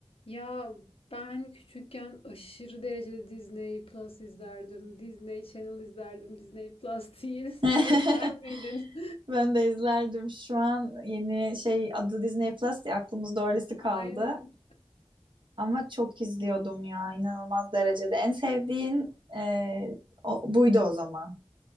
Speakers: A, on the left; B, on the right.
A: Ya ben küçükken aşırı derecede Disney Plus izlerdim. Disney Channel izlerdim. Disney Plus değil. <laughs> Sen
B: <laughs>
A: de izler miydin?
B: Ben de izlerdim. Şu an yeni şey adı Disney Plus ya aklımızda öylesi kaldı.
A: <laughs> Aynen.
B: Ama çok izliyordum ya inanılmaz derecede. En sevdiğin e, o- buydu o zaman.